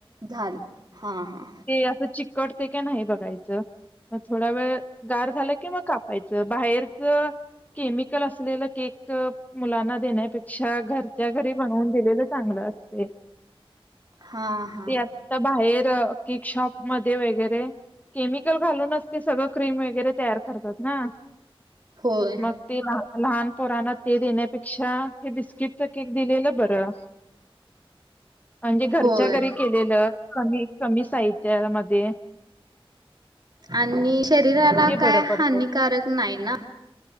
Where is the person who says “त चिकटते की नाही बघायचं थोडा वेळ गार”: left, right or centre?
Left